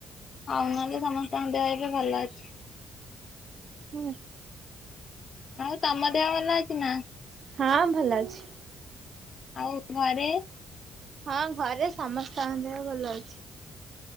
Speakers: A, on the left; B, on the right.
A: ଆଉ ନହେଲେ ସମସ୍ତଙ୍କ ଦେହ ଏବେ ଭଲ ଅଛି।
B: ହୁଁ।
A: ଆଉ ତମ ଦେହ ଭଲ ଅଛି ନା।
B: ହଁ ଭଲ ଅଛି।
A: ଆଉ ଘରେ।
B: ହଁ ଘରେ ସମସ୍ତଙ୍କ ଦେହ ଭଲ ଅଛି।